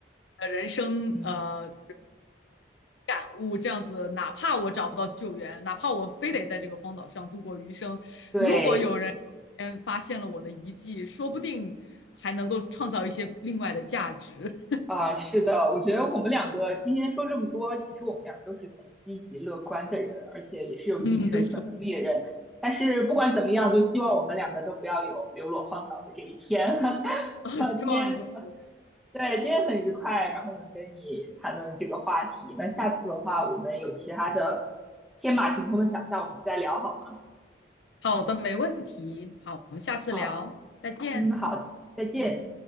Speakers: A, on the left; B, in the centre.
A: 呃人生呃
B: 嗯。
A: 感悟，这样子，哪怕我找不到救援，哪怕我非得在这个荒岛上度过余生，
B: 嗯。对，
A: 如果有人先发现了我的遗迹，说不定还能够创造一些另外的价值。
B: 啊、是的，我觉得我们两个今天说这么多，其实我们俩都是很积极乐观的人，而且也是有一定生存能力的人。
A: <laughs> 嗯，没错，
B: 但是不管怎么样，就希望我们两个都不要有流落荒岛的这一天。<laughs> 哈，
A: <laughs> 希望如此。
B: 今天，呃对，今天很愉快，然后能跟你谈论这个话题。那下次的话，我们有其他的天马行空的想象，我们再聊好吗？
A: 好的，没问题。好，我们下次聊，
B: 好，
A: 再见。
B: 嗯，好，再见。